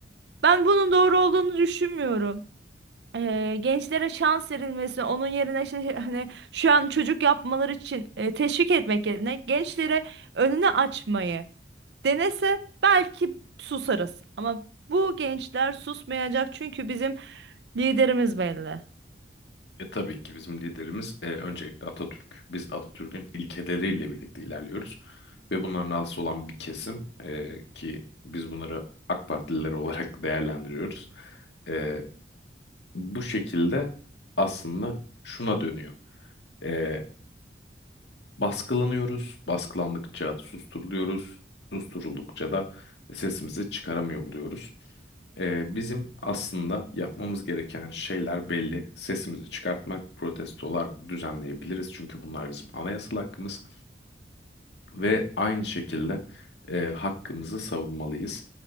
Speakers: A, on the right (about 70°); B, on the left (about 70°).
A: Ben bunun doğru olduğunu düşünmüyorum. E, gençlere şans verilmesi, onun yerine işte hani şu an çocuk yapmaları için e, teşvik etmek yerine gençlere önünü açmayı Denese belki susarız. Ama bu gençler susmayacak çünkü bizim liderimiz belli.
B: E, tabii ki bizim liderimiz e, öncelikle Atatürk. Biz Atatürk'ün ilkeleriyle birlikte ilerliyoruz ve bundan rahatsız olan bir kesim e, ki biz bunları AK Partililer olarak <laughs> değerlendiriyoruz. E, bu şekilde aslında şuna dönüyor. Ee, baskılanıyoruz, baskılandıkça susturuluyoruz, susturuldukça da sesimizi çıkaramıyor oluyoruz. Ee, bizim aslında yapmamız gereken şeyler belli. Sesimizi çıkartmak, protestolar düzenleyebiliriz çünkü bunlar bizim anayasal hakkımız ve aynı şekilde e, hakkımızı savunmalıyız.